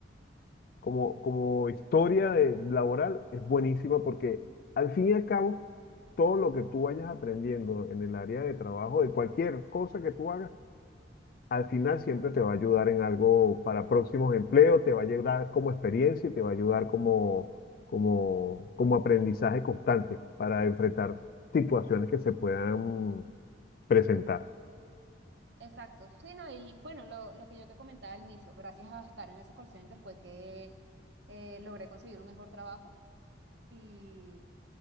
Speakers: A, on the left; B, on the right.
A: como, como historia de- laboral es buenísima porque al fin y al cabo, todo lo que tú vayas aprendiendo en el área de trabajo, de cualquier cosa que tú hagas, al final siempre te va a ayudar en algo para próximos empleos, te va a ayudar como experiencia y te va a ayudar como, como, como aprendizaje constante para enfrentar situaciones que se puedan presentar.
B: Exacto. Sí, no, y bueno, lo, lo que yo te comentaba al inicio, gracias a estar en ese call center fue que eh, logré conseguir un mejor trabajo Y,